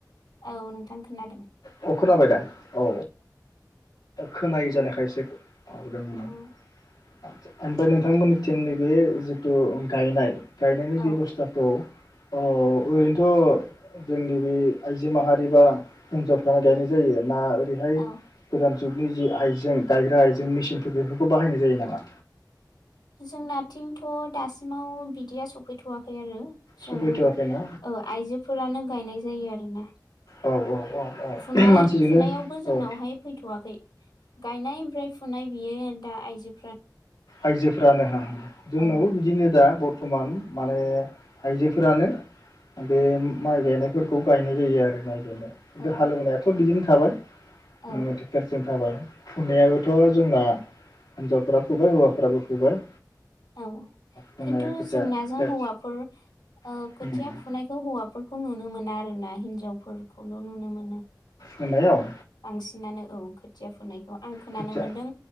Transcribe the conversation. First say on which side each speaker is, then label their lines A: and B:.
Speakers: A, on the left; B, on the left.
A: औ नोंथां खोनादों
B: अ खोनाबाय दा औ खोनायै जानाय <unintelligible> आव दोंमोन
A: औ
B: आदसा ओमफ्राय नोंथांमोनथिं नैबे जिथु गायनाय गायनायनि
A: औ
B: बेबस्थाखौ औ ओरैनोथ जोंनि बे आइजो माहारि बा हिनजावफ्रानो गायनाय जायो ना बेहाय
A: औ
B: गोदान जुगनि जि आइजें गायग्रा आइजें मेसिनफोर बेफोरखौ बाहायनाय जायो नामा
A: जोंनाथिंथ दासिमाव बिदिया सफैथवाखै आरो जों
B: सफैथ'वाखैना
A: ओ आइजोफोरानो गायनाय जायो आरोना
B: औ औ औ
A: फुनाय
B: मानसिजोंनो
A: फुनायावबो जोंनावहाय
B: औ
A: फैथवाखै गायनाय ओमफ्राय फुनाय बियो दा आइजो
B: आयजोफ्रानो हो जोंनाव
A: औ
B: बिदिनो दा समान माने आइजोफोरानो बे माइ गायनायफोरखौ गायनाय जायो आरो माइ
A: औ
B: नो हालौनायाथ' बिदिनो थाबाय। नोङो
A: औ
B: ट्रेक्ट'र सिम थाबाय। फुनायाबोथ' जोंना हिनजावफोरा फुबाय हौवाफ्राबो फुबाय
A: औ
B: फुनाया
A: किन्थु
B: खोथिया
A: जोंनाजों
B: खोथिया
A: हौवाफोर ओ
B: थिखानाय
A: खोथिया फुनायखौ हौवाफोरखौ नुनो मोना आरो ना हि हिन्जावफोर खौल' नुनो मोनो।
B: मोनायाव?
A: बांसिनानो औ खोथिया फुनायखौ आं खोनानो
B: खोथिया
A: मोनदों